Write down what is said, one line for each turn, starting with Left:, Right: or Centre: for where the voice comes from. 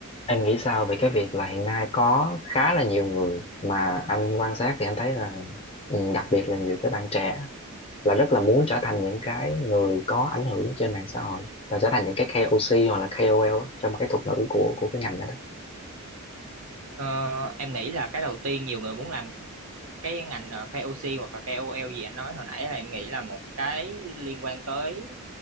Left: Em nghĩ sao về cái việc là hiện nay có khá là nhiều người mà anh quan sát thì anh thấy là ừ, đặc biệt là nhiều cái bạn trẻ là rất là muốn trở thành những cái người có ảnh hưởng trên mạng xã hội là trở thành những cái KOC hoặc là KOL á, trong cái thuật ngữ của của cái ngành đó đó.
Right: Ờ, em nghĩ là cái đầu tiên nhiều người muốn làm cái ngành ờ, KOC hoặc là KOL gì anh nói hồi nãy là em nghĩ là một cái liên quan tới